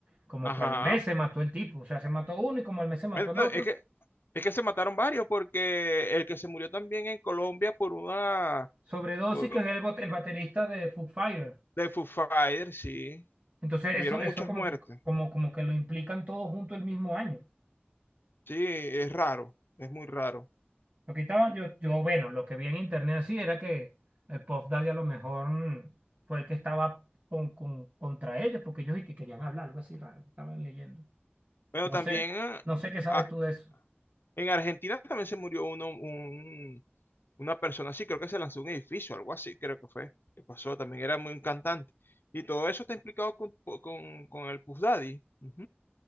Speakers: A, on the right; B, on the left.
A: Como
B: Ajá.
A: que al mes se mató el tipo, o sea, se mató uno y como al mes se mató
B: Bueno,
A: el otro.
B: es que, es que se mataron varios, porque el que se murió también en Colombia por una
A: Sobredosis,
B: por-
A: que es el, bot- el baterista de Foo Fighters.
B: de Foo Fighters, sí,
A: Entonces
B: hubieron
A: eso, eso
B: muchas
A: como
B: muertes.
A: que, como, como que lo implican todos junto el mismo año.
B: Sí, es raro, es muy raro.
A: Lo que estaban, yo, yo, bueno, lo que vi en internet así era que el Puff Daddy a lo mejor mm, fue el que estaba con, con- contra ellos, porque ellos y que querían hablar, algo así raro, estaban leyendo.
B: Bueno,
A: No
B: también
A: sé,
B: ah,
A: no sé qué sabes
B: ah,
A: tú de eso.
B: en Argentina también se murió uno, un, Una persona así, creo que se lanzó un edificio, algo así, creo que fue, que pasó, también era muy un cantante. Y todo eso está implicado con, con, con el Puff Daddy. Ujú.